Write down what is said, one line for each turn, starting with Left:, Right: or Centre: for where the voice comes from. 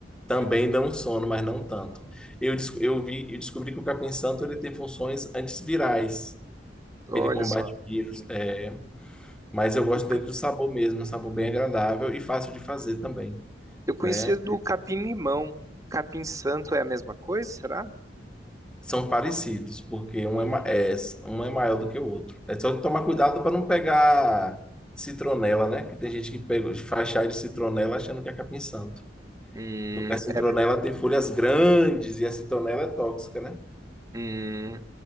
Centre: Também
Right: Uhum.
Centre: dão sono, mas não tanto. Eu, des- eu vi, eu descobri que o capim-santo ele tem funções antivirais.
Right: olha
Centre: Ele combate
Right: só,
Centre: vírus, é, mas eu gosto
Right: o ca-
Centre: dele do sabor mesmo, um sabor bem agradável e fácil de fazer também,
Right: eu conhecia
Centre: né?
Right: do capim-limão. Capim-santo é a mesma coisa, será?
Centre: São parecidos, porque um
Right: Hum,
Centre: é, ma- é, um é maior do que o outro. É só tomar cuidado para não pegar citronela, né? Que tem gente que pega, faz chá de citronela achando que é capim-santo.
Right: hum,
Centre: Porque a citronela
Right: é, por-
Centre: tem folhas grandes e a citronela é tóxica, né?
Right: hum,